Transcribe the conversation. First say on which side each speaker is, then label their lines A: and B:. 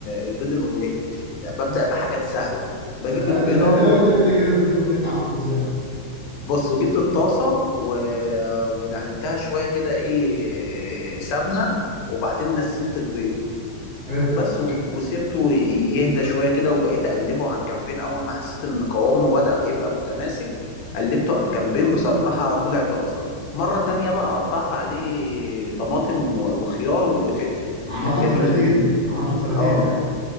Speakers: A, on the left; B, on the left.
A: البيض الاومليت ببدا بحاجات سهله بجيب
B: طب انت
A: البيضه
B: انت
A: و-
B: قول لي قول لي كده البيض الاومليت انت عملته ازاي
A: بص جبت الطاسه و- ودهنتها شويه كده ايه سمنه وبعدين نزلت البيض
B: حلو
A: بس و- وسبته يهدى شوية كده وبقيت أقلبه على الجنبين أول ما حسيت إن قوامه بدأ يبقى متماسك قلبته على الجنبين بصراحة طلع تحفة مرة تانية بقى قطعت عليه طماطم و- وخيار وفلفل
B: عملته
A: كان جميل
B: بطريقتين عملته بطريقتين
A: اه
B: يعني